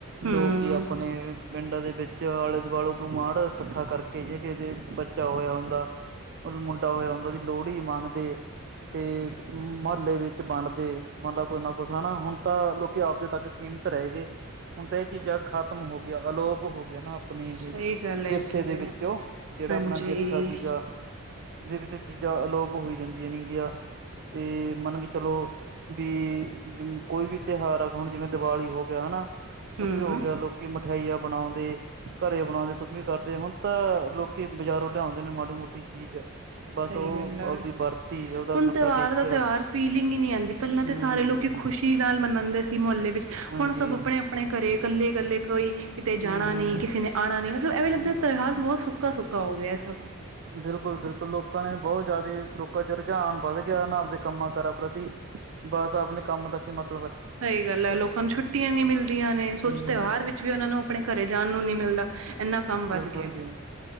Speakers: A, on the right; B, on the right.
A: ਹੂੰ
B: ਲੋਕੀ ਆਪਣੇ ਪਿੰਡਾਂ ਦੇ ਵਿੱਚੋਂ, ਆਲੇ-ਦੁਵਾਲੋ ਕੁਮਾਂੜ੍ਹ ਇਕੱਠਾ ਕਰਕੇ, ਜੇ ਕਿਹੇ ਦੇ ਬੱਚਾ ਹੋਇਆ ਹੁੰਦਾ ਉਹਨੂੰ ਮੁੰਡਾ ਹੋਇਆ ਹੁੰਦਾ। ਉਹਦੀ ਲੋਹੜੀ ਮੰਨਦੇ ਤੇ ਮੁਹੱਲੇ ਵਿੱਚ ਵੰਡਦੇ ਮਤਬ ਕੁਛ ਨਾ ਕੁਛ ਹਨਾ। ਹੁਣ ਤਾਂ ਲੋ ਕਿ ਆਪਦੇ ਤੱਕ ਸੀਮਿਤ ਰਹਿਗੇ। ਹੁਣ ਤਾਂ ਇਹ ਚੀਜ਼ਾਂ ਖ਼ਤਮ ਹੋਗੀਆਂ। ਅਲੋਪ ਹੋਗਿਆ ਨਾ ਆਪਣੇ ਇਹ
A: ਸਹੀ
B: ਵਿਰਸੇ
A: ਗੱਲ ਹੈਗੀ
B: ਦੇ
A: ਹੈ
B: ਵਿੱਚੋਂ, ਜਿਹੜਾ
A: ਹਾਂਜੀ
B: ਆਪਣਾ ਵਿਰਸਾ ਤੀਗਾ ਇਹਦੇ ਵਿੱਚੋਂ ਚੀਜ਼ਾਂ ਅਲੋਪ ਹੋਈ ਜਾਂਦੀਆਂ ਨੇਗੀਆਂ ਤੇ ਮੰਨ ਕੇ ਚਲੋ ਬੀ, ਜ ਕੋਈ ਵੀ ਤਿਉਹਾਰ ਆ। ਹੁਣ ਜਿਵੇਂ ਦਿਵਾਲੀ ਹੋ ਗਿਆ ਹਨਾ। ਕੁੱਛ
A: ਹੂੰ
B: ਵੀ ਹੋ ਗਿਆ। ਲੋਕੀ ਮਠਿਆਈਆਂ ਬਣਾਉਂਦੇ, ਘਰੇ ਬਣਾਉਂਦੇ ਕੁਛ ਵੀ ਕਰਦੇ। ਹੁਣ ਤਾਂ ਲੋਕੀ ਬਾਜ਼ਾਰੋਂ ਲਿਆਉਂਦੇ ਨੇ, ਮਾੜੀ-ਮੋਟੀ ਚੀਜ਼ ਬਸ
A: ਸਹੀ
B: ਉਹ
A: ਗੱਲ ਆ।
B: ਆਪਦੀ ਵਰਤੀ ਉਹਦਾ
A: ਹੁਣ
B: ਮੱਥਾ
A: ਤਿਉਹਾਰ
B: ਟੇਕਿਆ
A: ਦਾ ਤਿਉਹਾਰ ਫੀਲਿੰਗ ਈ ਨੀ ਆਂਦੀ ਪਹਿਲਾਂ ਤੇ
B: ਹਮ
A: ਸਾਰੇ ਲੋਕ ਖੁਸ਼ੀ ਨਾਲ ਮਨਾਂਦੇ ਸੀ, ਮੁਹੱਲੇ ਵਿੱਚ।
B: ਹਾਂਜੀ
A: ਹੁਣ ਸਭ ਆਪਣੇ-ਆਪਣੇ ਘਰੇ, ਇਕੱਲੇ-ਇਕੱਲੇ ਕੋਈ ਕਿਤੇ
B: ਹਮ
A: ਜਾਣਾ ਨੀ। ਕਿਸੀ ਨੇ ਆਂਣਾ ਨੀ। ਮਤਲਬ ਐਵੇਂ ਲੱਗਦਾ ਤਿਉਹਾਰ ਬਹੁਤ ਸੁੱਕਾ-ਸੁੱਕਾ ਹੋ ਗਿਆ ਸਭ
B: ਬਿਲਕੁਲ-ਬਿਲਕੁਲ ਲੋਕਾਂ ਨੇ ਬਹੁਤ ਜ਼ਿਆਦੇ। ਲੋਕਾਂ 'ਚ ਰੁਝਾਨ ਵੱਧ ਗਿਆ ਨਾ। ਆਪਦੇ ਕੰਮਾਂ-ਕਾਰਾਂ ਪ੍ਰਤੀ ਬਸ ਆਪਣੇ ਕੰਮ ਤੱਕ ਈ ਮਤ
A: ਸਹੀ ਗੱਲ ਐ। ਲੋਕਾਂ ਨੂੰ ਛੁੱਟੀਆਂ ਨੀ ਮਿਲਦੀਆਂ ਨੇ। ਸੋਚ
B: ਹੂੰ,
A: ਤਿਉਹਾਰ ਵਿੱਚ ਵੀ ਉਹਨਾਂ ਨੂੰ ਆਪਣੇ ਘਰੇ ਜਾਣ ਨੂੰ ਨੀ ਮਿਲਦਾ। ਇੰਨਾ ਕੰਮ ਵੱਧ
B: ਬਿਲਕੁਲ
A: ਗਿਆ
B: ਜੀ।